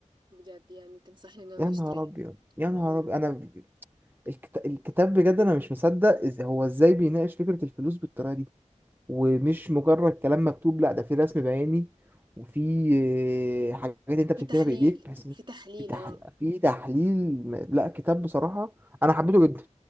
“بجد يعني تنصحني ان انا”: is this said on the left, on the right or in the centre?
Right